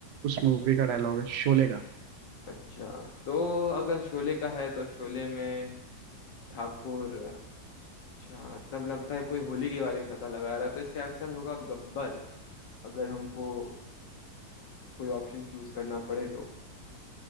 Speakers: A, on the right (about 75°); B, on the left (about 75°).
A: उस मूवी का डायलॉग है शोले का
B: अच्छा तो अगर शोले का है तो शोले में ठाकुर अच्छा तब लगता है कोई होली के बारे में पता लगा रहा है तो इसका आंसर होगा गब्बर अगर हमको कोई ऑप्शन चूज करना पड़े तो